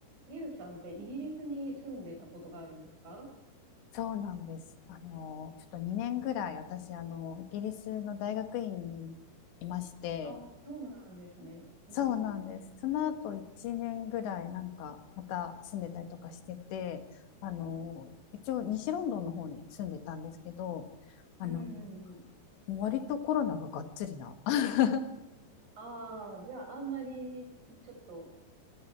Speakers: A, on the right; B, on the left.
A: リュウさんってイギリスに住んでたことがあるんですか
B: そうなんです。あの、ちょっと2年ぐらい私、あの、イギリスの大学院にいまして、
A: あ、そうなんですね。うん。
B: そうなんです。その後1年ぐらい、なんか、また住んでたりとかしてて、あの、一応西ロンドンの方に住んでたんですけど、あの、
A: うんうんうん。
B: 割とコロナががっつりな。<laughs>
A: ああ、じゃああんまりちょっと